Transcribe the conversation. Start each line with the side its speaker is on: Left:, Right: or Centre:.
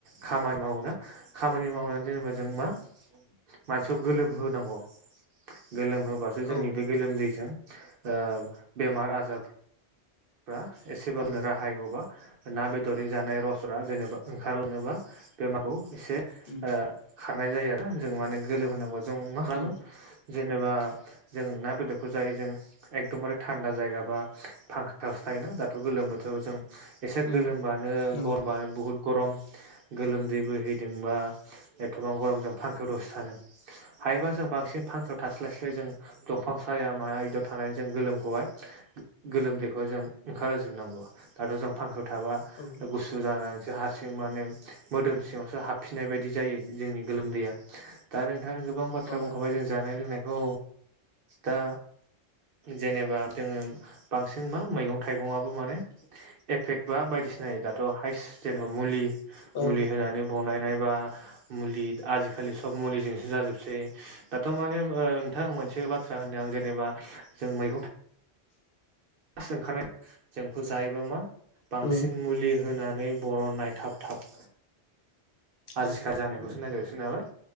Right: खामानि मावो ना खामानि मावनानै जेनेबा जों मा मानसिखौ गोलोम होनांगौ गोलोम होबा जोंनि
Left: औ
Right: बे गोलोमदैजों ओ बेमार आजार फ्रा एसेबांनो राहाय बावबा ना बेदरै जानाय रसफोरा जेनेबा ओंखारलाङोबा बेमारखौ एसे
Left: उम
Right: ओ खारनाय जायो आरो जों माने गोलोम होनांगौ जों मा खालामो
Left: औ
Right: जेनेबा जों ना बेदरखौ जायो जों एकदमबारे थान्दा जायगा बा फां खायावसो थायोना दाथ' गोलोम बथोर जों एसे
Left: उम
Right: गोलोमबानो
Left: नंगौ
Right: गरमबानो बुहुत गरम गोलोमदै बोहैदोंबा एथबां गरमजों फांखाआव दसे थानो हायोब जों बांसिन फांखायाव थास्लाय स्लाय जों दंफां साया माया बिदियाव थानानै जों गोलोमखौहाय गोलोमदै खौ जों ओंखारहोजोबनांगौ दाथ' जों फांखायाव थाबा
Left: औ
Right: गुसु जानानैसो हारसिं माने मोदोम सिङावसो हाब फिनाय बायदि जायो जोंनि गोलोमदैया दा नोंथाङानो गोबां बाथ्रा
Left: औ
Right: बुंखाबाय जों जानाय लोंनायखौ दा जेनेबा जोङो बांसिन मा मैगं थाइगंआबो माने एफेक्ट बा बायदिसिना दाथ' हाइस जेनेबा मुलि
Left: औ
Right: मुलि होनानै बनायनाय बा मुलि आजिखालि सब मुलिजोंसो जाजोबसै दाथ' माने ओ नोंथां मोनसे बाथ्रा होन्दों आं जेनेबा जों मैंगं थाइ दासो ओंखारनाय जों बेखौ जायोबा मा बांसिन
Left: औ
Right: मुलि होनानै बर' ननाय थाब थाब
Left: औ
Right: आजिखालि जानायखौसो नागिरसै नालाय